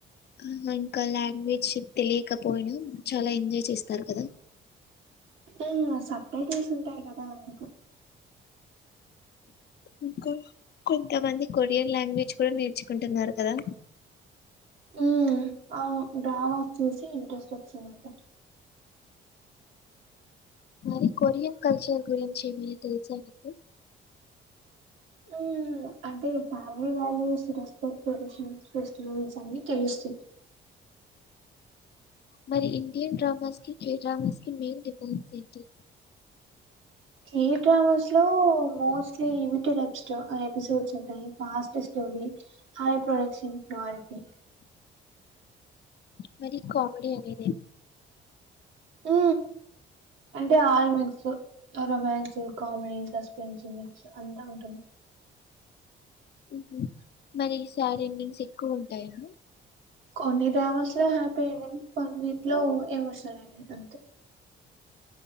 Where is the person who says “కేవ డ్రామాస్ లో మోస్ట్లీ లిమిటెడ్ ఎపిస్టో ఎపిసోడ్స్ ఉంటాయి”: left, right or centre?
Right